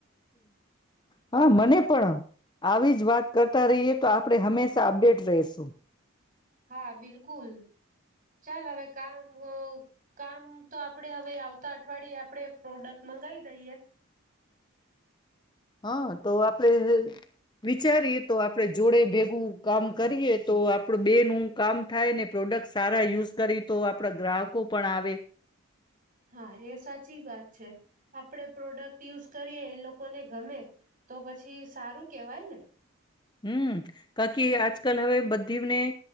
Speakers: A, on the left; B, on the right.
A: હા મને પણ આવી જ વાત કરતા રહીએ તો આપણે હંમેશા અપડેટ રહેશું
B: હા બિલકુલ ચાલ હવે કામ કામ તો આપડે હવે આવતા અઠવાડિયે આપડે પ્રોડક્ટ મંગાવી દઈએ
A: હા તો આપડે વિચારીએ તો આપડે જોડે ભેગું કામ કરીએ તો આપડું બે નું કામ થાય ને પ્રોડક્ટ સારા યુઝ કરી તો આપડા ગ્રાહકો પણ આવે
B: હા એ સાચી વાત છે આપડે પ્રોડક્ટ યુઝ કરીએ એ લોકોને ગમે તો પછી સારું કેવાય ને
A: હમ કારકી આજકાલ હવે બધીને